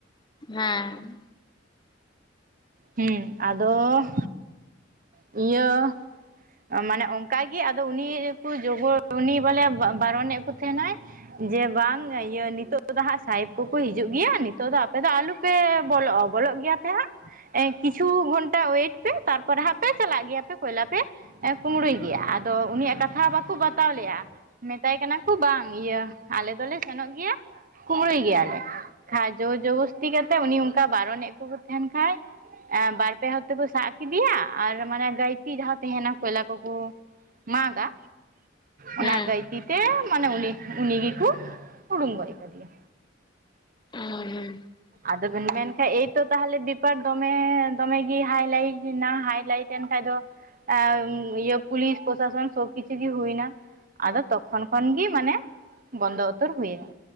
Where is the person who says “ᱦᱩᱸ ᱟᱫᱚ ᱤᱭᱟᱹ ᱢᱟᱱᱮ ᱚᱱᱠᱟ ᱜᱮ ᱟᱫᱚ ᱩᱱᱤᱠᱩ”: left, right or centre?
Right